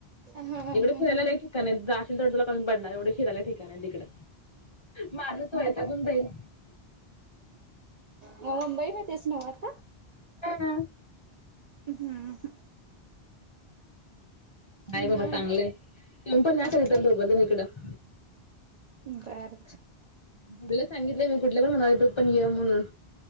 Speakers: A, on the right; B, on the left.
A: हा हा
B: इकडे फिरायला लय जाशील तेवढं तुला कमी पडनार, एवढं फिरायला ठेिकाणं हाईत इकडं, माणस वैतागून जाईल.
A: मुंबईमध्येच नव्ह आतऽ <inaudible>
B: हा, <unintelligible>
A: हम्म.
B: हाय बाबा
A: मग
B: चांगलंय, तुम्ही पण या
A: चांगलंय
B: कधीतर दोघजन इकडं.
A: बर बर.
B: तुला सांगितलंय मी कुठल्या पण म्हणा तु पण ये म्हणून.